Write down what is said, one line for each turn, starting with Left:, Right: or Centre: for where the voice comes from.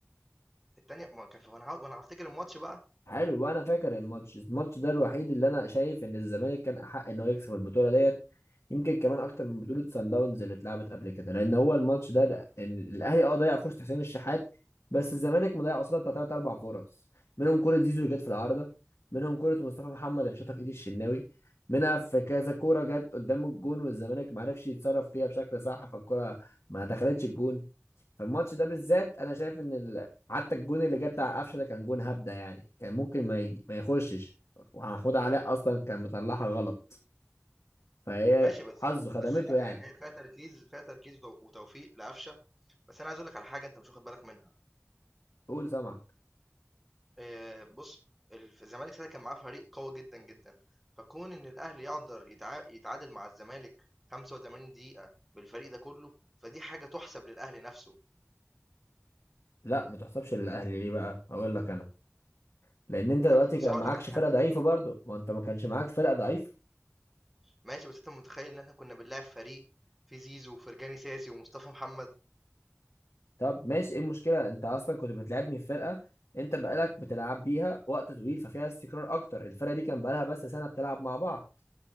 Centre: التانية ما كان ف وأنا ه وأنا هافتكر الماتش بقى
Left: حلو وانا فاكر الماتش الماتش ده الوحيد اللي انا شايف ان الزمالك كان احق ان هو يكسب البطوله ديت يمكن كمان اكتر من بطوله سان داونز اللي اتلعبت قبل كده لان هو الماتش ده ده- ان الاهلي اه ضيع فرصه حسين الشحات بس الزمالك مضيع قصادها بتاع ثلاث اربع فرص منهم كوره زيزو اللي جت في العارضه منهم كوره مصطفى محمد اللي شاطها في ايد الشناوي منها في كذا كوره جت قدام الجون والزمالك ما عرفش يتصرف فيها بشكل صح فالكوره ما دخلتش الجون فالماتش ده بالذات انا شايف ان ال... حتى الجون اللي جه بتاع قفشه ده كان جون هبده يعني كان ممكن ما, يج... ما يخشش ومحمود علاء اصلا كان مطلعها غلط فهي
Centre: ماشي بس
Left: حظه خدمته
Centre: بس لأ،
Left: يعني
Centre: يعني هي فيها تركيز فيها تركيز وتو وتوفيق لقفشة، بس أنا عايز أقول لك على حاجة أنت مش واخد بالك منها،
Left: قول سمعك
Centre: آآ بُص الف الزمالك ساعتها كان معاه فريق قوي جدًا، جدًا، فكون إن الأهلي يقدر يتعا يتعادل مع الزمالك 85 دقيقة بالفريق ده كله، فدي حاجة تُحسب للأهلي نَفْسه،
Left: لا ما تحسبش للاهلي ليه بقى هقول لك انا لان انت دلوقتي
Centre: لأ بُص
Left: كان
Centre: هاقول
Left: معكش
Centre: لك على
Left: فرقه
Centre: حاجة
Left: ضعيفه
Centre: هاقول
Left: برضه
Centre: لك
Left: ما انت ما كانش معاك فرقه ضعيفه
Centre: ماشي بس أنت متخيّل إن إحنا كنا بنلاعب فريق فيه زيزو وفرجاني ساسي ومصطفى محمد؟
Left: طب ماشي ايه المشكله انت اصلا كنت بتلعبني في فرقه انت بقالك بتلعب بيها وقت طويل ففيها استقرار اكتر الفرقه دي كان بقالها بس سنه بتلعب مع بعض